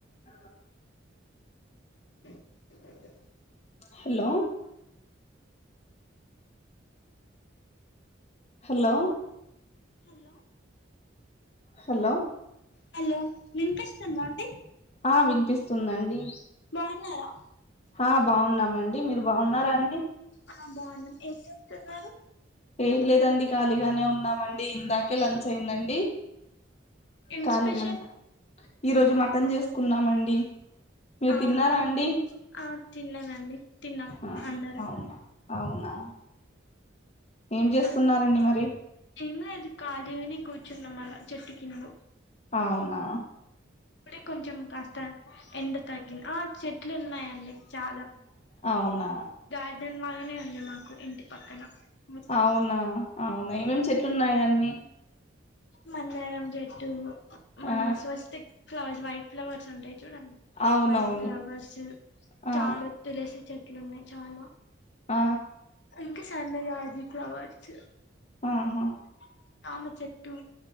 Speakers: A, on the left; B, on the left.
A: అ
B: అ
A: hello hello
B: hello
A: hello
B: hello వినిపిస్తుంద అండి
A: ఆ వినిపిస్తుందండి
B: <unintelligible>
A: ఆ బాగున్నామండి మీరు బాగున్నార అండి
B: ఆ బాగున్నం ఏం చూస్తున్నారు
A: ఏం లేదండి కలిగానే ఉన్నామండి ఇందాకే లంచ్ అయిందండి
B: ఏం
A: ఖళీగాన
B: స్పెషల్
A: ఈరోజు మటన్ చేసుకున్నామండి మీరు
B: అవునా
A: తిన్నారా అండి
B: ఆ తిన్నానండి తిన్నాం
A: ఆ
B: అందరం
A: అవునా అవునా ఏం చేస్తున్నారండి మరి
B: ఏం లేదు ఖాళీగానే కూర్చున్నాం అలా చెట్టు కింద
A: అవున
B: ఇప్పుడే కొంచెం కాస్త ఎండ తగ్గింది ఆ చెట్లు ఉన్నాయండి చా
A: అవునా
B: గార్డెన్ లానే ఉంది మాకు ఇంటి పక్కన మొత్తం
A: అవునా అవున ఏమేం చెట్లున్నాయి అన్ని
B: మందరం చెట్టు <unintelligible>
A: ఆ
B: ఫ్లవర్స్ వైట్ ఫ్లవర్స్ ఉంటాయి చూడండి
A: అవునవును
B: వైట్ ఫ్లవర్స్
A: ఆ
B: చాల తులసి చెట్లు ఉన్నయ్ చాల
A: ఆ
B: ఇంక సన్న జాజి ఫ్లవర్స్
A: ఆహా
B: <unintelligible> చెట్టు